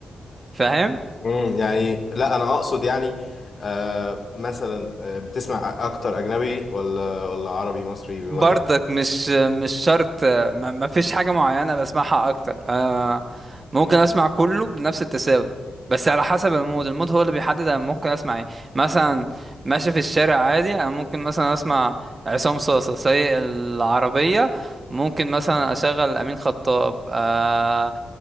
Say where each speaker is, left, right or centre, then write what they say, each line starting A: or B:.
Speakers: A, on the right; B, on the left.
A: فاهم
B: امم يعني لا انا اقصد يعني آه مثلا آه بتسمع اكتر اجنبي ولا ولا عربي مصري ولا
A: برضك
B: بت-
A: مش مش شرط ما ما فيش حاجة معينة بسمعها أكتر أنا ممكن أسمع كله بنفس التساوي بس على حسب المود المود هو اللي بيحدد أنا ممكن أسمع إيه مثلا ماشي في الشارع عادي أنا ممكن مثلا أسمع عصام صاصة سايق العربية ممكن مثلا أشغل أمين خطاب آه،